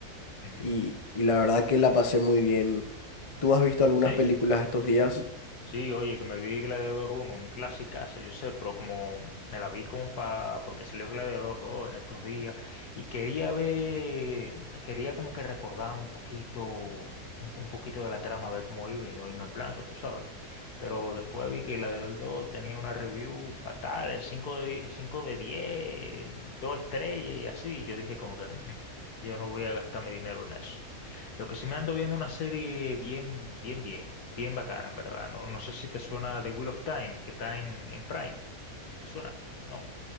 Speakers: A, on the left; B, on the left.
A: ujú.
B: y, y la verdad que la pasé muy bien. ¿Tú has visto algunas
A: Sí,
B: películas estos días?
A: Sí, oye, que me vi Gladiador uno, un clasicazo, yo sé, pero como me la vi como para, porque salió Gladiador dos en estos días, y quería ver, quería como que recordar un poquito, un, un poquito de la trama, ver cómo iba y no irme en blanco, tú sabes. Pero después vi que Gladiador dos tenía una review fatal, de cinco de 10, 5 de 10, 2 estrellas y así, yo dije como que "Mm, yo no voy a gastar mi dinero en eso. Lo que sí me ando viendo una serie bien, bien, bien, bien bacana, en verdad. No, no sé si te suena The Wheel of Time, que está en, en Prime. ¿Te suena? No.